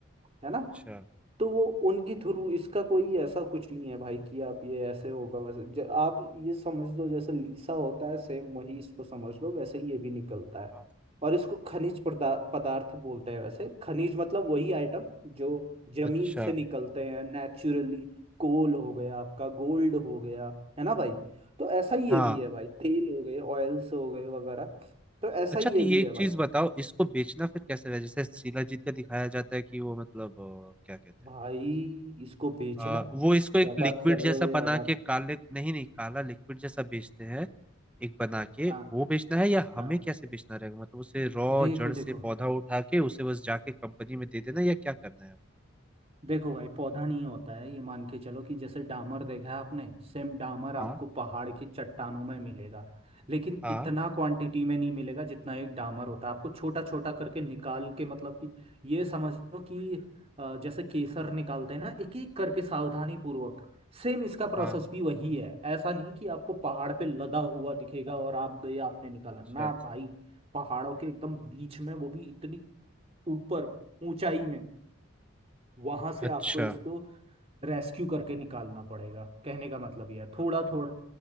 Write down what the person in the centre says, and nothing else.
अच्छा
हाँ,
अच्छा
हाँ
अच्छा
तो
ये
एक
चीज बताओ इसको बेचना फिर कैसे रहा जैसे शिलाजीत का दिखाया जाता है कि वो मतलब अ, क्या कहते
हैं
अ, वो इसको एक
लिक्विड
जैसा
बना
के काले नहीं नहीं काला लिक्विड जैसा बेचते हैं एक बना के
वो बेचना है या हमें
कैसे बेचना रहेगा मतलब उसे रॉ
जड़
से पौधा उठा के उसे बस जाके कंपनी में दे देना या क्या करना है हमें
हाँ
हाँ
हाँ
अच्छा
अच्छा